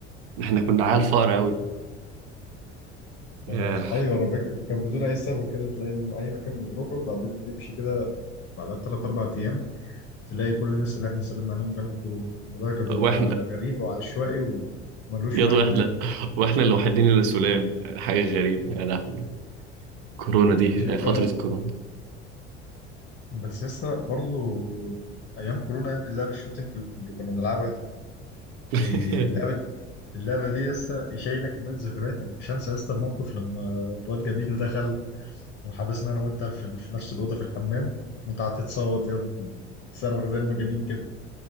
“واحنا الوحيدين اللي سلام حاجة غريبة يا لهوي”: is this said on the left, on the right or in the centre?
Right